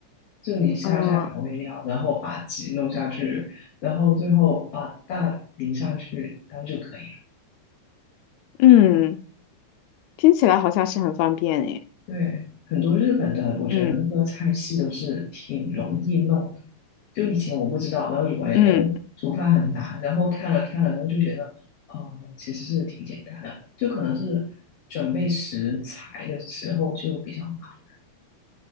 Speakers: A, on the left (about 55°); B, on the left (about 80°).
A: 就你下一下调味料，
B: 嗯
A: 然后把鸡弄下去，然后最后把蛋淋上去，然后就可以了。
B: 嗯，听起来好像是很方便诶。
A: 对，很多日本的，我觉得那个菜系都是挺容易弄的。
B: 嗯
A: 就以前我不知道，然后以为哎煮饭很难，
B: 嗯，
A: 然后看了看了，然后就觉得，呃，其实是挺简单的，就可能是准备食材的时候就比较麻烦。